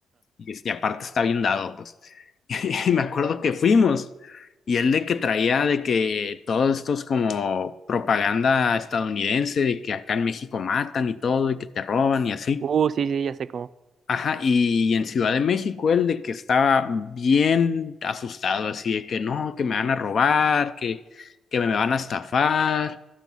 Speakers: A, on the left; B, on the right.
A: Y, este, aparte está bien dado, pues. <laughs> Y me acuerdo que fuimos y él de que traía de que todos estos como propaganda estadounidense de que acá en México matan y todo y que te roban y así.
B: Uh, sí, sí, ya sé cómo.
A: Ajá, y en Ciudad de México él de que estaba bien asustado, así de que no, que me van a robar, que, que me van a estafar.